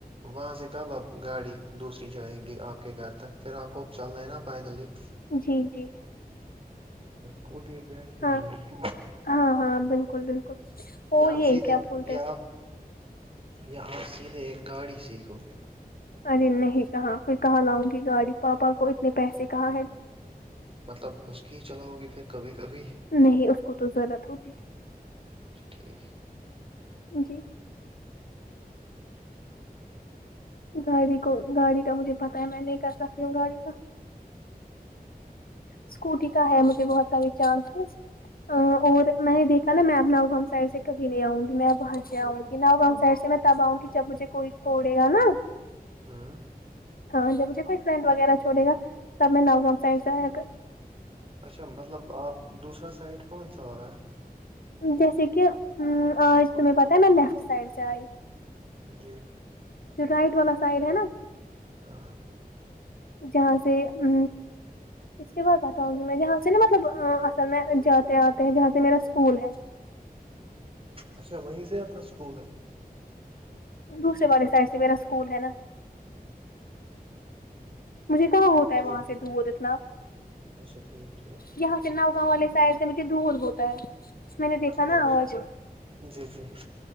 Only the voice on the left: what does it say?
جی جی
ہاں
ہاں ہاں بالکل بالکل
اور
یہ
کیا
بولتے
ارے نہیں کہااں پھر کہا لاؤں گی گاڑی پاپا کو اتنے پیسے کہاں ہے
نہیں اس کو تو ضرورت ہوتی
جی گاڑی کو گاڑی کا مجھے پتاہ ہے میں نہیں کر سکتی ہوں گاڑی کا اسکوٹی کا ہے مجھے بہت سارے چانسز اور میں نے دیکھ ن میں اپناں ہم سائ سے کھی نہیں آؤں گی میں وہاں سے آؤں گی نؤ گاؤں سہر سے میں تب آؤں گی جب مجھے کوئی چھوڑے گا نا
ہاں جب مجھے کوئی فرینڈ وغیرہ چھوے گا تب میں نگں سائڈ سے آیا کر
جیسے کہ آج تمہیں پتاہ ہے میں لیفٹ سائڈ سے آئی
جو رائٹ والا سائڈ ہے نا
جہاں سے ا اس کے بعد بتاؤں گی میں جہاں سے نا مطلب اصل میں جاتے آتے جہاں سے میرا اسکول ہے
دوسرے والے سائڈ سے میرا اسکول ہے نا مجھے کہ ہو
وہاں سے دور اتنا
یہاں ناؤ گاں وال سائڈ سے مجھے دھول ہوتا ہے میں نے دیکھا
نا آواز